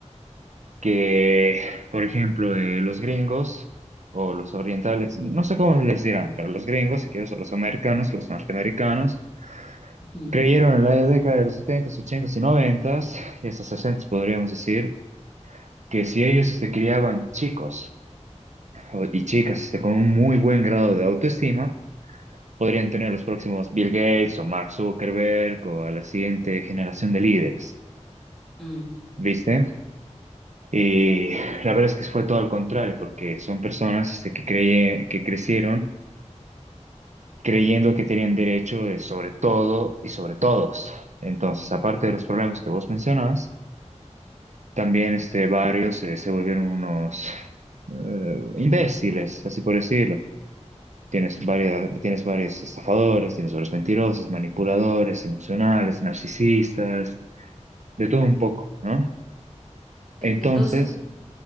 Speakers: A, on the right; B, in the centre.
A: que, por ejemplo, de los gringos o los orientales, no sé cómo les dirán, pero los gringos, si quieres, o los americanos, los norteamericanos,
B: Uh -huh.
A: Creyeron en la década de los 70 ochentas y 90 y hasta 60 podríamos decir, que si ellos se criaban chicos o- y chicas este, con un muy buen grado de autoestima, podrían tener los próximos Bill Gates o Mark Zuckerberg o a la siguiente generación de líderes,
B: mm.
A: ¿viste? Y la verdad es que fue todo al contrario, porque son personas este, que, creye- que crecieron creyendo que tenían derecho de sobre todo y sobre todos. Entonces, aparte de los problemas que vos mencionabas, También este, varios eh, se volvieron unos eh, imbéciles, así por decirlo. Tienes varias, tienes varios estafadores, tienes varios mentirosos, manipuladores, emocionales, narcisistas, de todo un poco, ¿no? Entonces,
B: En- Entonces,